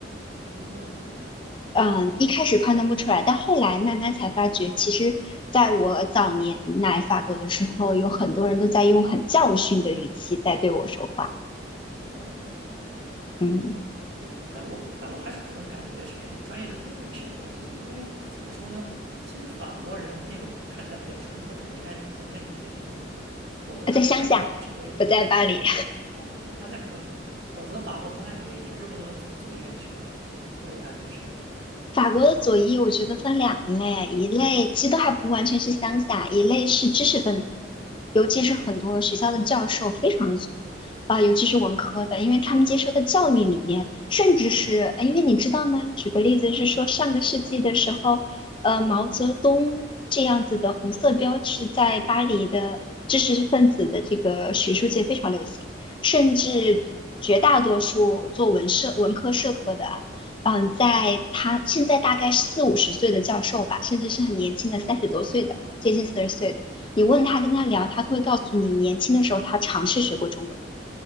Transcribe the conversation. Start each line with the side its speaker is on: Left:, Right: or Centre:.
Right: 哦
Left: 嗯，一开始判断不出来，但后来慢慢才发觉，其实在我早年来法国的时候，有很多人都在用很教训的语气在对我说话。
Right: 哦，
Left: 嗯，
Right: 对，但我但我还是可能感觉是跟你专业的氛围是有关系的，因为怎么说呢，其实法国人那种看起来比较淳朴的人应该应该也也挺多的，否则他不太可能成为，
Left: 我在乡下，不在巴黎。
Right: 对，好吧，对，但他可能不，否则法国不太可能有有这么多的左左翼人群，给我的感觉是这样的，
Left: 法国的左翼，我觉得分两类，一类其实都还不完全是乡下，一类是知识分子，尤其是很多学校的教授非常左，
Right: 嗯
Left: 啊、尤其是文科的，因为他们接受的教育理念，甚至是，
Right: 嗯
Left: 呃因为你知道吗？举个例子是说，
Right: 嗯，
Left: 上个世纪的时候，呃，毛泽东这样子的红色标志在巴黎的知识分子的这个学术界非常流行，甚至绝大多数做文社、
Right: 哦，
Left: 文科、社科的啊。嗯，
Right: 嗯
Left: 在他现在大概四五十岁的教授吧，甚至是很年轻的三十多岁的，
Right: 嗯。
Left: 接近四十岁的，你问他跟他聊，他都会告诉你，年轻的时候他尝试学过中文。